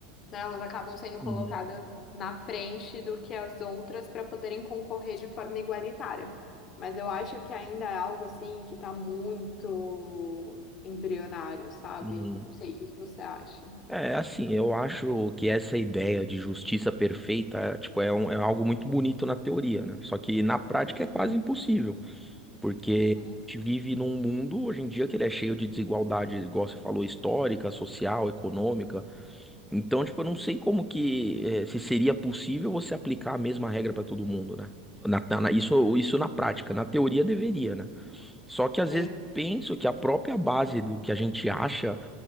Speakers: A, on the left; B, in the centre.
A: né, elas acabam sendo colocadas
B: Uhum,
A: na frente do que as outras para poderem concorrer de forma igualitária. Mas eu acho que ainda é algo assim que está muito embrionário, sabe?
B: uhum.
A: Não sei, o que que você acha?
B: É, assim, eu acho que essa ideia de justiça perfeita, tipo, é, um- é algo muito bonito na teoria, né? Só que na prática
A: Uhum,
B: é quase impossível, porque
A: uhum.
B: a gente vive num mundo hoje em dia que ele é cheio de desigualdade, igual você falou, histórica, social, econômica. Então, tipo, eu não sei como que, eh, se seria possível você aplicar a mesma regra para todo mundo, né? Na- na- na- isso, isso na prática, na teoria deveria, né? Só que às
A: Sim,
B: vezes penso que a própria base do que a gente acha